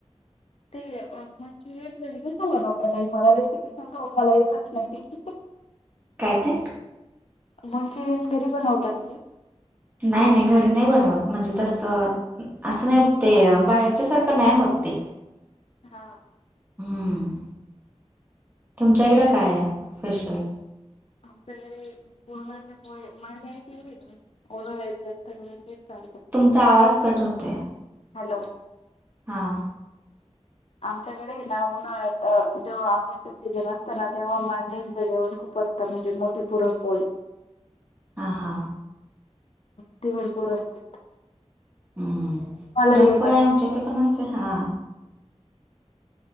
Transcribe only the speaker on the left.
तेऽ री कस बलाव, ताई मला रेसिपी सांगा, मला एतच नाहीती.
मंचुरियन घरी बनवता तुम्ही?
हां,
आमच्याकडे,, पूर्णाचे मांडे, ओन वेळेस जास्त करय तेच चालत.
हॅलो,
आमच्याकडे ना, उन्हाळ्यात अ, जेव्हा आऽ सीजन असताना तेव्हा, मांडंच जेवण खूप असतं, म्हणजे मोठी पूरनपोळी.
ते भरपूर असतात.
मला
येत